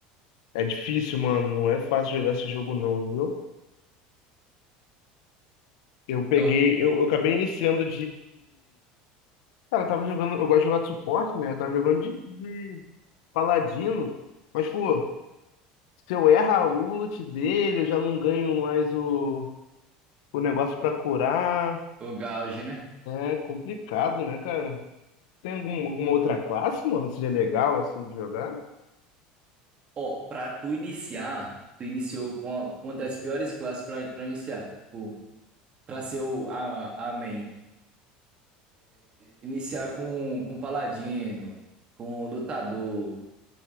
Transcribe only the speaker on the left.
é difícil, mano. Não é fácil jogar esse jogo, não, viu? Eu peguei,
eu, eu acabei iniciando Cara, eu tava jogando. Eu gosto de jogar de suporte, né? Eu tava jogando de, de paladino. Mas, pô, se eu erro a ult dele, eu já não ganho mais o, o negócio pra curar.
É complicado, né, cara? Tem algum, alguma outra classe, mano, que seja legal, assim, de jogar?